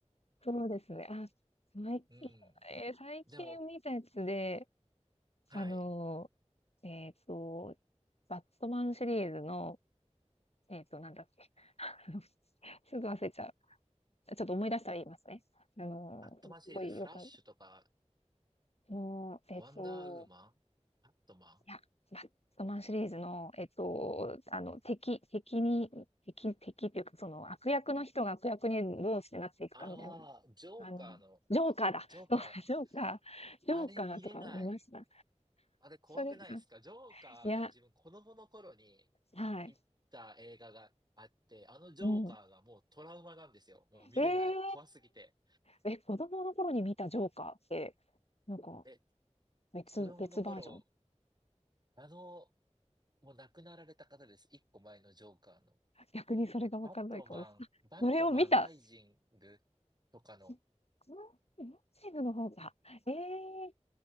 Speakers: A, on the left; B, on the right.
A: そうですね。あ、最近、
B: うん。
A: えー最近見たやつで、
B: でも、はい。
A: あのー、えっと、バットマンシリーズの、えっと、なんだっけ、<laughs> あのすぐ忘れちゃう。ちょっと思い出したら言いますね。あのー、
B: アットマンシリーズ、
A: すごいよかった。
B: フラッシュとか、
A: あのーえっと、
B: ワンダーウーマン、アットマン。
A: いや、バットマンシリーズの、えっと、あの、敵敵に敵敵っていうか、その、悪役の人が悪役にどうしてなっていくかみたいな、
B: ああ、ジョーカーの、
A: あの、ジョーカーだ、
B: えジョーカー、
A: <laughs> そうだ、ジョーカージョーカーとか見ました？
B: あれ見れない。あれ怖くないですかジョーカーが自分子供の頃に見た映画があって、
A: そうですか。いや、はい、
B: あのジョーカーがもうトラウマなんですよ。
A: うん。
B: もう見れない。
A: ええ！
B: 怖すぎて。
A: え、子供の頃に見たジョーカーって、なんか、
B: え、
A: 別別バージョン？
B: 子供の頃、あの、もう亡くなられた方です。一個前のジョーカーの。
A: 逆にそれがわかんないかもしれないそれを見た。
B: バットマン、バットマンライジングとかの、
A: うん、このえボクシングの方が、ええ、